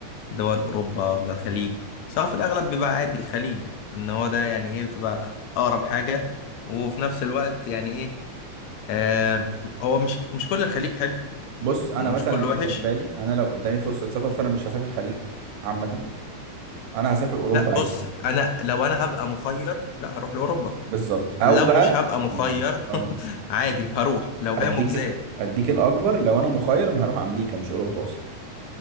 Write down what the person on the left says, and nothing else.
دول اوروبا ولا الخليج سواء في الاغلب بيبقى عادي الخليج ان هو ده يعني ايه بتبقى اقرب حاجه وفي نفس الوقت يعني ايه آه هو مش مش كل الخليج حلو
ومش
كله
وحش
لا بص
انا لو انا هبقى مخير لا هروح لاوروبا
لو
مش هبقى مخير
<laughs> عادي هروح لو هي
مجزية